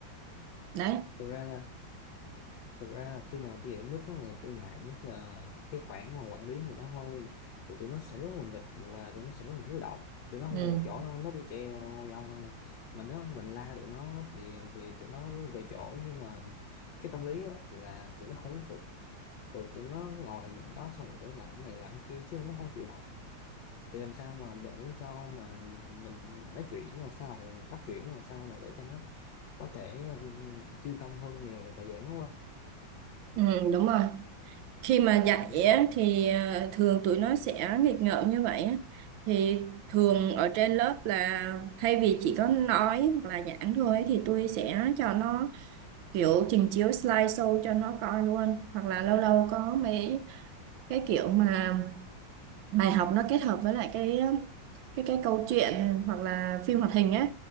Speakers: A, on the right; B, on the left.
A: đấy
B: Thực ra là thực ra là khi mà tôi dẫn nước đó là tôi ngại nhất là cái khoản mà quản lý người đó thôi tụi tụi nó sẽ rất là nghịch và tụi nó sẽ rất là hiếu động tụi nó không
A: ừ.
B: ngồi một chỗ đâu nó đi treo vòng à. mà nếu mình la tụi nó thì thì tụi nó về chỗ nhưng mà cái tâm lý á là tụi nó không phục tụi tụi nó ngồi những đó xong rồi tụi nó làm cái này làm cái kia chứ nó không chịu học thì làm sao mà để cho mà mình nói chuyện nó làm sao hoặc là mình bắt chuyện nó làm sao mà để cho nó có thể ừ, chuyên tâm hơn về bài giảng của
A: ừ đúng rồi khi mà dạy
B: mình
A: á, thì ờ, thường tụi nó sẽ nghịch ngợm như vậy á. thì thường ở trên lớp là thay vì chỉ có nói hoặc là giảng thôi ấy, thì tôi sẽ cho nó kiểu trình chiếu slideshow cho nó coi luôn hoặc là lâu lâu có mấy cái kiểu mà bài học nó kết hợp với lại cái cái cái câu chuyện hoặc là phim hoạt hình á